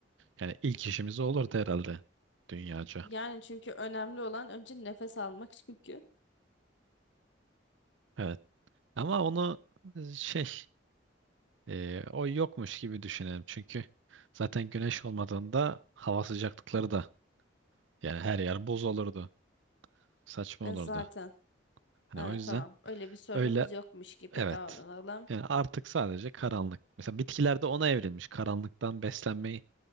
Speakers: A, on the right; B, on the left.
A: Yani ilk işimiz o olurdu herhalde dünyaca.
B: Yani çünkü önemli olan önce nefes almak <laughs> çünkü.
A: Evet. Ama onu e, şey Ee, o yokmuş gibi düşünelim. Çünkü zaten güneş olmadığında hava sıcaklıkları da yani her yer buz olurdu. Saçma
B: E
A: olurdu.
B: zaten.
A: Hani
B: Ha,
A: o yüzden
B: tamam. Öyle bir sorunumuz
A: öyle
B: yokmuş gibi
A: evet.
B: davranalım.
A: Yani artık sadece karanlık. Mesela bitkilerde ona evrilmiş. Karanlıktan beslenmeyi